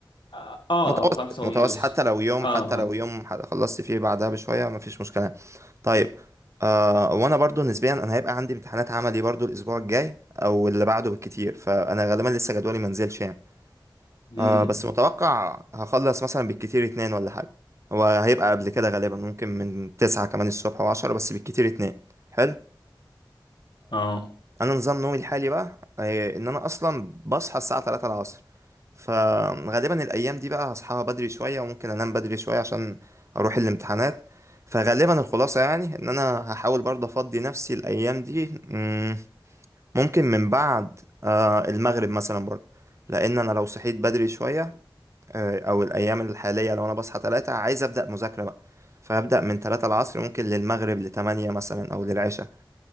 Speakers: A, on the left; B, on the right.
A: آه آه،
B: متوسط
A: أو خمسة
B: متوسط
A: ونص
B: حتى لو يوم
A: اه
B: حتى لو
A: اه
B: يوم ح- خلصت فيه بعدها بشوية مفيش مشكلة طيب آه وانا برضو نسبيا انا هيبقى عندي امتحانات عملي برضو الاسبوع الجاي او اللي بعده بالكتير فانا غالبا لسه جدولي منزلش يعني
A: امم
B: آه بس متوقع هخلص مثلا بالكتير اتنين ولا حاجة هو هيبقى قبل كده غالبا ممكن من تسعة كمان الصبح وعشرة بس بالكتير اتنين حلو
A: اه
B: أنا نظام نومي الحالي بقى آه، إن أنا أصلا بصحى الساعة تلاتة العصر فغالبا الأيام دي بقى هصحى بدري شوية وممكن أنام بدري شوية عشان أروح الامتحانات فغالبا الخلاصة يعني إن أنا هحاول برضه أفضي نفسي الأيام دي مم، ممكن من بعد آه، المغرب مثلا برضه لأن أنا لو صحيت بدري شوية آه، او الايام الحاليه لو انا بصحى 3 عايز ابدا مذاكره بقى فابدا من 3 العصر ممكن للمغرب ل 8 مثلا او للعشاء